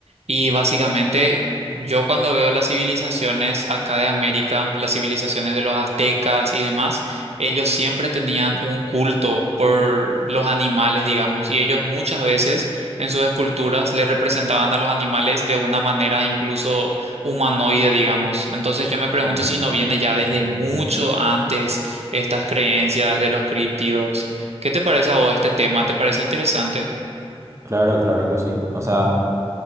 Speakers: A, on the right (about 85°); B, on the right (about 30°).
A: Y básicamente yo cuando veo las civilizaciones acá de América, las civilizaciones de los aztecas y demás, ellos siempre tenían un culto por los animales, digamos, y ellos muchas veces en sus esculturas le representaban a los animales de una manera incluso humanoide, digamos. Entonces yo me pregunto
B: Sí,
A: si no viene ya desde
B: totalmente.
A: mucho antes estas creencias de los críptidos. ¿Qué te parece a vos este tema? ¿Te parece interesante?
B: Claro, claro que sí. O sea.